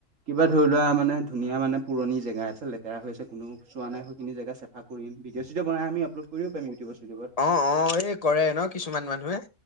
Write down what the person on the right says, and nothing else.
কিবা ধৰি লোৱা মানে ধুনীয়া মানে পুৰণি জেগা আছে লেতেৰা হৈ আছে কোনোও চোৱা নাই সেইখিনি জেগা চেফা কৰিম। ভিডিঅ' চিডিঅ বনাই আমি আপলোড কৰিব পাৰিম ইউটিউবত চিউটিউবত।